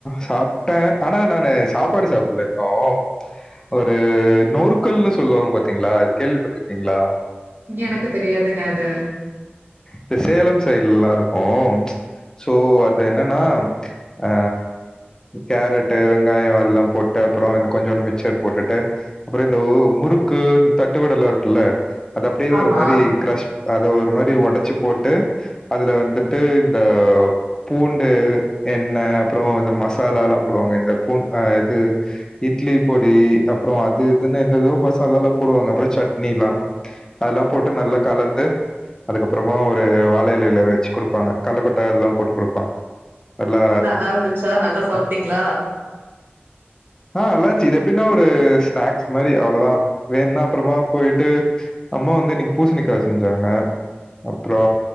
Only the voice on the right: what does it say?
இங்க எனக்கு தெரியாதுங்க அது
ஆமா
நல்லா இருந்துச்சா நல்லா சாப்ட்டீங்ளா